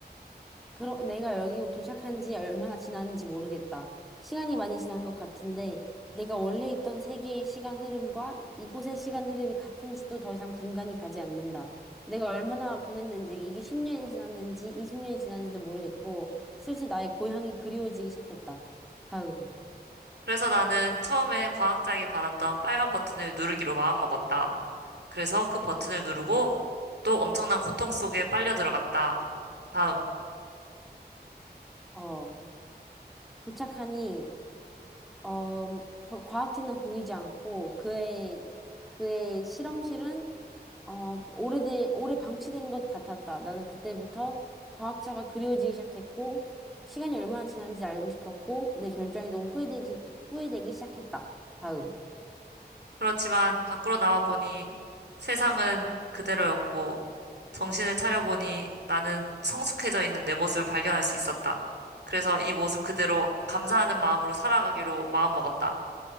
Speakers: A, in the centre; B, on the right.
A: 그럼 내가 여기 도착한 지 얼마나 지났는지 모르겠다. 시간이 많이 지난 것 같은데, 내가 원래 있던 세계의 시간 흐름과 이곳의 시간 흐름이 같은지도 더 이상 분간이 가지 않는다. 내가 얼마나 보냈는지, 이게 10년이 지났는지, 20년이 지났는지도 모르겠고, 슬슬 나의 고향이 그리워지기 시작했다. 다음.
B: 그래서 나는 처음에 과학자에게 받았던 빨간 버튼을 누르기로 마음먹었다. 그래서 그 버튼을 누르고 또 엄청난 고통 속에 빨려 들어갔다. 다음.
A: 어, 도착하니, 어, 더 과학책은 보이지 않고, 그의, 그의 실험실은 어, 오래돼, 오래 방치된 것 같았다. 나는 그때부터 과학자가 그리워지기 시작했고, 시간이 얼마나 지났는지 알고 싶었고, 내 결정이 너무 후회되지, 후회되기 시작했다. 다음.
B: 그렇지만 밖으로 나와보니 세상은 그대로였고 정신을 차려보니 나는 성숙해져 있는 내 모습을 발견할 수 있었다. 그래서 이 모습 그대로 감사하는 마음으로 살아가기로 마음먹었다.